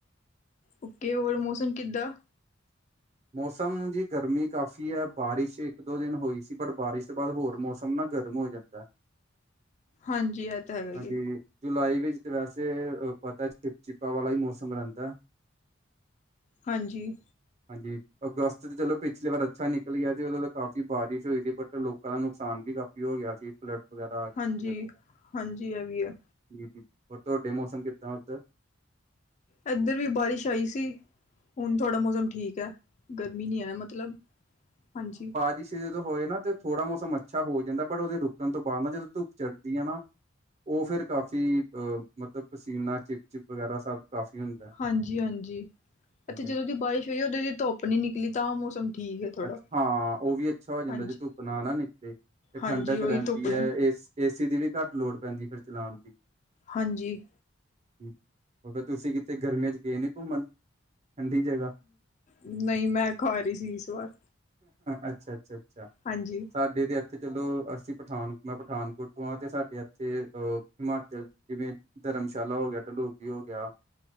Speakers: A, on the left; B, on the right.
A: ਓਕੇ, ਹੋਰ ਮੌਸਮ ਕਿੱਦਾਂ।
B: <unintelligible> ਮੌਸਮ ਜੀ ਗਰਮੀ ਕਾਫ਼ੀ ਐ, ਬਾਰਿਸ਼ ਇੱਕ ਦੋ ਦਿਨ ਹੋਈ ਸੀ, ਪਰ ਬਾਰਿਸ਼ ਤੋਂ ਬਾਅਦ ਹੋਰ ਮੌਸਮ ਹੁਣ ਨਾ ਗਰਮ ਹੋ ਜਾਂਦਾ।
A: ਹਾਂਜੀ, ਐਹ ਤਾਂ ਹੈਗਾ ਈ
B: ਹਾਂਜੀ
A: ਐ।
B: ਜੁਲਾਈ ਵਿੱਚ ਤੇ ਵੈਸੇ ਪਤਾ, ਚਿਪ ਚਿਪਾ ਵਾਲਾ ਹੀ ਮੌਸਮ ਰਹਿੰਦਾ।
A: ਹਾਂਜੀ।
B: ਹਾਂਜੀ, ਅਗਸਤ ਚ ਜਦੋਂ ਪਿਛਲੀ ਵਾਰ ਅੱਛਾ ਨਿਕਲ ਗਿਆ ਸੀ, ਉਦੋਂ ਤਾਂ ਕਾਫ਼ੀ ਬਾਰਿਸ਼ ਹੋਈ ਸੀ, ਬਟ ਲੋਕਾਂ ਨੂੰ ਨੁਕਸਾਨ ਵੀ ਕਾਫ਼ੀ ਹੋ ਗਿਆ ਸੀ, ਫਲੱਡ ਵਗੈਰਾ ਆ ਗਈ
A: ਹਾਂਜੀ
B: ਸੀ, ਜਦ
A: ਹਾਂਜੀ ਇਹ ਵੀ ਹੈ
B: ਜੀ ਹੋਰ ਤੁਹਾਡੇ ਮੌਸਮ ਕਿੱਦਾਂ ਓਦਰ
A: ਏਧਰ ਵੀ ਬਾਰਿਸ਼ ਆਈ ਸੀ, ਹੁਣ ਥੋੜਾ ਮੌਸਮ ਠੀਕ ਐ। ਗਰਮੀ ਨੀ ਐ ਮਤਲਬ, ਹਾਂਜੀ।
B: ਪਿਛੇ ਜਦੋਂ ਹੋਏ ਨਾ ਤੇ ਥੋੜਾ ਮੌਸਮ ਅੱਛਾ ਹੋ ਜਾਂਦਾ, ਪਰ ਉਹਦੇ ਰੁਕਣ ਤੋਂ ਬਾਅਦ ਨਾ ਜਦੋਂ ਧੁੱਪ ਚੜ੍ਹਦੀ ਐ ਨਾ ਉਹ ਫੇਰ ਕਾਫੀ ਅਹ ਮਤਲਬ ਪਸੀਨਾ, ਚਿਪ ਚਿਪ ਵਗੈਰਾ ਸਭ ਕਾਫ਼ੀ ਹੁੰਦਾ ਹੈ।
A: ਹਾਂਜੀ-ਹਾਂਜੀ,
B: ਹਾਂਜੀ
A: ਏਥੇ ਜਦੋਂ
B: ਹਾਂਜੀ।
A: ਦੀ ਬਾਰਿਸ਼ ਹੋਈ ਆ, ਉਦੋਂ ਦੀ ਧੁੱਪ ਨੀ ਨਿਕਲੀ, ਤਾਂ ਮੌਸਮ ਠੀਕ ਹੈ ਥੋੜ੍ਹਾ
B: ਅੱਛਾ ਹਾਂ, ਉਹ ਵੀ ਅੱਛਾ ਹੋ ਜਾਂਦਾ
A: ਹਾਂਜੀ
B: ਜੇ ਧੁੱਪ ਨਾ-ਨਾ ਨਿਕਲੇ, ਤੇ
A: ਹਾਂਜੀ
B: ਠੰਡਕ
A: ਉਹੀ
B: ਰਹਿੰਦੀ
A: ਧੁੱਪ
B: ਐ,
A: ਨੇ
B: ਏਸ ਏਸੀ ਦੀ ਵੀ ਘੱਟ ਲੋੜ ਪੈਂਦੀ ਐ, ਫੇਰ ਚਲਾਣ ਦੀ।
A: ਹਾਂਜੀ।
B: ਹੋ ਫਿਰ ਤੁਸੀਂ ਕਿਤੇ ਗਰਮੀਆਂ ਚ, ਗਏ ਨੀ ਘੁੰਮਣ ਠੰਡੀ ਜਗ੍ਹਾ।
A: ਨਹੀਂ ਮੈਂ ਖਵਾ, ਰਹੀ ਸੀ ਇਸ ਵਾਰ।
B: ਅੱਛਾ, ਅੱਛਾ- ਅੱਛਾ।
A: ਹਾਂਜੀ।
B: ਸਾਡੇ ਤਾਂ ਇੱਥੇ ਚਲੋ, ਅਸੀਂ ਪਠਾਨਕ ਮੈਂ ਪਠਾਨਕੋਟ ਤੋਂ ਹਾਂ, ਅਤੇ ਸਾਡੇ ਇੱਥੇ ਅ ਹਿਮਾਚਲ ਜਿਵੇਂ ਧਰਮਸ਼ਾਲਾ ਹੋ ਗਿਆ, ਡਲੋਜੀ ਹੋ ਗਿਆ।